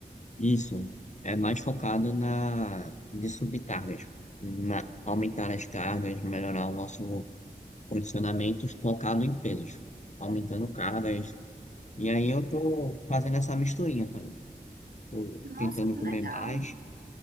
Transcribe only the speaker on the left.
Isso é mais focado na de subir cargas, na- aumentar as cargas, melhorar o nosso condicionamento focado em pesos, aumentando cargas. E aí eu tô fazendo essa misturinha, tá? Tô
tentando
comer
mais,